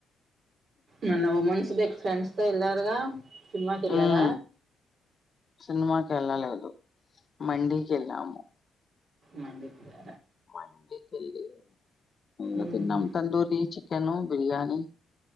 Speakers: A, on the right (about 55°); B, on the left (about 40°).
A: నిను ఓమనిస్ <unintelligible> మీరు ఫ్రెండ్స్ తో వెళ్ళారు గా సినిమాకెళ్లార
B: ఉమ్, సినిమాకి వెళ్ళలేదు మండీకి ఎల్లము
A: మన దగ్గర
B: మండికెళ్ళి ఇగ
A: మ్మ్.
B: తిన్నాం తందూరీ చి చికెను బిర్యానీ